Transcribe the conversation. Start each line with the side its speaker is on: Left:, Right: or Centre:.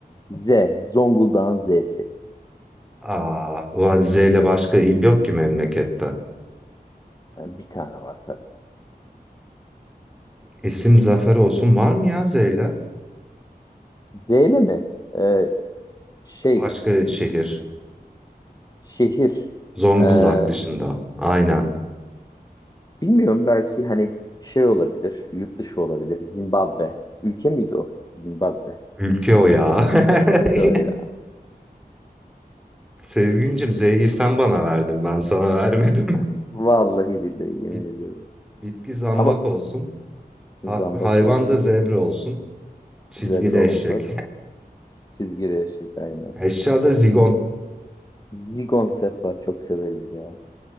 Left: Z. Zonguldak'ın Z'si.
Centre: Aa, ulan Z ile başka il yok ki memlekette.
Left: Yani bir tane var tabii.
Centre: İsim Zafer olsun var mı ya Z ile?
Left: Z ile mi? Ee, şey.
Centre: Başka şehir.
Left: Şehir.
Centre: Zonguldak
Left: Ee,
Centre: dışında. Aynen.
Left: bilmiyorum belki hani şey olabilir. Yurt dışı olabilir. Zimbabwe. Ülke miydi o? Zimbabwe.
Centre: Ülke o ya.
Left: Ülke
Centre: <laughs>
Left: o ya.
Centre: Sezgincim Z'yi sen bana verdin. Ben sana vermedim. <laughs>
Left: Vallahi billahi yemin
Centre: Bit-
Left: ediyorum.
Centre: bitki zambak
Left: Ama
Centre: olsun. Ha-
Left: zambak
Centre: hayvan
Left: olsun.
Centre: da zebra olsun. Çizgili
Left: Zebra oldu.
Centre: eşek.
Left: Çizgili eşek aynen.
Centre: <laughs> Eşya da zigon.
Left: Zigon Sepa çok severiz ya.